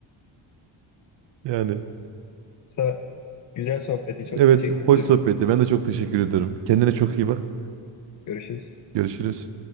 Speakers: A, on the right; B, on the left.
A: Yani
B: Musa, güzel sohbeti. Çok
A: evet
B: teşekkür
A: hoş
B: ederim.
A: sohbetti. Ben de çok teşekkür ederim. Kendine çok iyi bak.
B: Görüşürüz.
A: Görüşürüz.